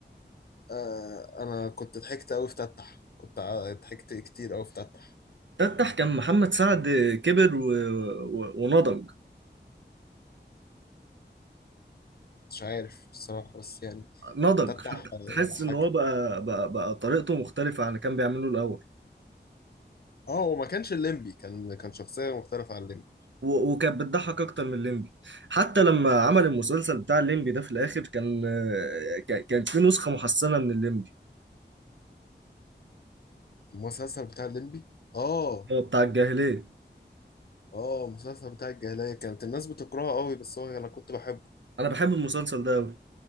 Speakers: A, on the left (about 55°); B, on the right (about 80°).
A: آه انا كنت ضحكت أوي في تتح كنت ع- ضحكت كتير أوي في تتح
B: تتح كان محمد سعد كبر و... و... ونضج
A: مش عارف الصراحة بس يعني
B: نضج
A: تتح
B: حتى
A: آه،
B: تحس
A: ضحكني
B: ان هو بقى بقى, بقى طريقته مختلفه عن اللي كان بيعمله الاول
A: اه هو ما كانش الليمبي كان كان شخصية مختلفة عن الليمبي
B: و- وكانت بتضحك اكتر من الليمبي حتى لما عمل المسلسل بتاع الليمبي ده في الاخر كان آه، كان كان في نسخه محسنه من الليمبي
A: المسلسل بتاع الليمبي اه
B: هو بتاع الجاهليه
A: اه المسلسل بتاع الجاهلية كانت الناس بتكرهه أوي بس هو انا كنت بحبه
B: انا بحب المسلسل ده قوي